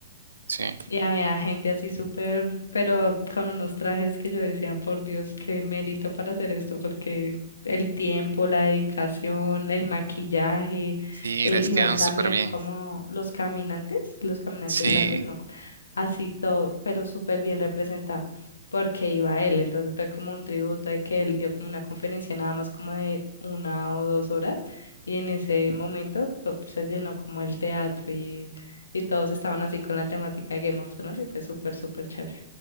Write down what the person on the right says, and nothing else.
Sí,
sí,
les
Sí, quedan como
súper bien.
Sí,